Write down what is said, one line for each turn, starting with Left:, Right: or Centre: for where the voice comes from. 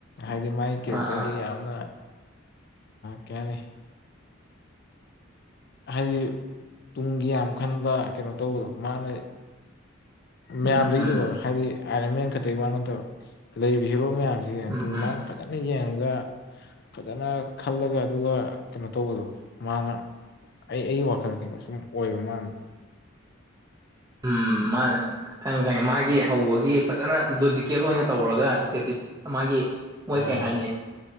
Left: ꯍꯥꯏꯗꯤ ꯃꯥꯒꯤ ꯀꯦꯔꯦꯛꯇꯔꯁꯤ
Right: ꯑꯥ ꯑꯥ
Left: ꯌꯥꯝꯅ ꯀꯩ ꯍꯥꯏꯅꯤ ꯍꯥꯏꯗꯤ ꯇꯨꯡꯒꯤ ꯌꯥꯝ ꯈꯟꯕ ꯀꯩꯅꯣ ꯇꯧꯕꯗꯣ ꯃꯥꯅ ꯃꯌꯥꯝꯗꯒꯤꯅꯤꯀꯣ
Right: ꯎꯝ ꯎꯝ
Left: ꯍꯥꯏꯗꯤ ꯑꯥꯏꯔꯟ ꯃꯦꯟ ꯈꯛꯇꯒꯤ ꯋꯥ ꯅꯠꯇꯕ ꯂꯩꯔꯤꯕ ꯍꯦꯔꯣ ꯃꯌꯥꯝ
Right: ꯎꯝ
Left: ꯇꯨꯡꯥꯡ
Right: ꯎꯝ
Left: ꯐꯖꯅ ꯌꯦꯡꯉꯒ ꯑꯗꯨꯒ ꯐꯖꯅ ꯈꯜꯂꯒ ꯑꯗꯨꯒ ꯀꯩꯅꯣ ꯇꯧꯕꯗꯣ ꯃꯥꯅ ꯑꯩ ꯑꯩꯒꯤ ꯋꯥꯈꯜꯗ ꯊꯉꯣ ꯁꯨꯝ ꯑꯣꯏꯕ ꯃꯗ
Right: ꯎꯝ ꯃꯥꯅꯦ ꯈꯪꯉꯦ ꯈꯪꯉꯦ ꯃꯥꯒꯤ ꯍꯧꯕꯒꯤ ꯐꯖꯅ ꯂꯣꯖꯤꯀꯦꯜ ꯑꯣꯏꯅ ꯇꯧꯔꯒ ꯏꯁꯇꯦꯇꯤ ꯃꯥꯒꯤ ꯃꯣꯏ
Left: ꯑꯥ
Right: ꯀꯩ ꯍꯥꯏꯅꯤ